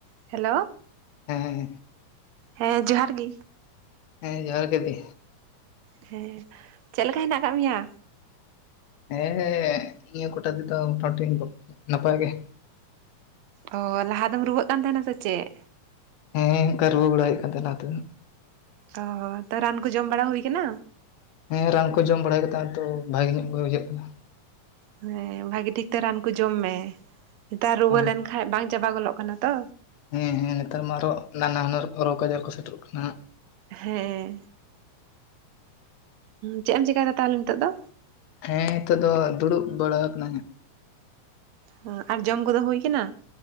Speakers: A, on the right; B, on the left.
A: Hello
B: ᱦᱮᱸ ᱦᱮᱸ
A: ᱦᱮᱸ ᱡᱚᱸᱦᱟᱨ ᱜᱮ
B: ᱦᱮᱸ ᱡᱚᱸᱦᱟᱨ ᱜᱮ ᱫᱤ
A: ᱦᱮᱸ ᱪᱮᱫ ᱞᱮᱠᱟ ᱦᱮᱱᱟᱜ ᱟᱠᱟᱫ ᱢᱮᱭᱟ
B: ᱦᱮᱸ ᱱᱤᱭᱟᱹ ᱠᱚᱴᱟ ᱫᱤᱱ ᱫᱚ ᱱᱟᱯᱟᱭ ᱜᱮ
A: ᱚ ᱞᱟᱦᱟ ᱫᱚᱢ ᱨᱩᱣᱟᱹᱜ ᱠᱟᱱ ᱛᱟᱦᱮᱱᱟ ᱥᱮ ᱪᱮᱫ?
B: ᱦᱮᱸ ᱚᱱᱠᱟ ᱨᱩᱣᱟᱹᱜ ᱵᱟᱲᱟ ᱦᱩᱭᱠᱟᱱ ᱛᱟᱦᱮᱱ ᱚᱱᱟ ᱠᱷᱟᱛᱤᱨ
A: ᱚ ᱛᱚ ᱨᱟᱱ ᱠᱚ ᱡᱚᱢ ᱵᱟᱲᱟ ᱦᱩᱭ ᱟᱠᱟᱱᱟ
B: ᱦᱮᱸ ᱨᱟᱱ ᱠᱚ ᱡᱚᱢ ᱵᱟᱲᱟᱭ ᱠᱟᱛᱮᱫ ᱛᱚ ᱵᱷᱟᱜᱮ ᱧᱚᱜ ᱜᱮ ᱵᱩᱡᱷᱟᱹᱜ ᱠᱟᱱᱟ
A: ᱦᱮᱸ ᱵᱷᱟᱜᱤ ᱴᱷᱤᱠ ᱛᱮ ᱨᱟᱱ ᱠᱚ ᱡᱚᱢ ᱢᱮ ᱱᱮᱛᱟᱨ ᱨᱩᱣᱟᱹ
B: ᱦᱮᱸ
A: ᱞᱮᱱᱠᱟᱱᱡ ᱵᱟᱝ ᱪᱟᱵᱟ ᱜᱚᱫᱚᱜ ᱠᱟᱱᱟ ᱛᱚ
B: ᱦᱮᱸ ᱦᱮᱸ ᱱᱮᱛᱟᱨ ᱢᱟ ᱦᱚᱸ ᱱᱟᱱᱟ ᱦᱩᱱᱟᱹᱨ ᱨᱳᱜᱽ ᱟᱡᱟᱨ ᱠᱚ ᱥᱮᱴᱮᱨᱚᱜ ᱠᱟᱱᱟ ᱦᱟᱜ
A: ᱦᱮᱸ ᱪᱮᱫ ᱮᱢ ᱪᱮᱠᱟᱭᱟ ᱫᱟ ᱛᱟᱦᱚᱞᱮ ᱱᱤᱛᱚᱜ ᱫᱚ
B: ᱦᱮᱸ ᱱᱤᱛᱚᱜ ᱫᱚ ᱫᱩᱲᱩᱵ ᱵᱟᱲᱟ ᱟᱠᱟᱱᱟᱹᱧ
A: ᱦᱟᱸᱜ ᱟᱨ ᱡᱚᱢ ᱠᱚᱫᱚ ᱦᱩᱭ ᱟᱠᱟᱱᱟ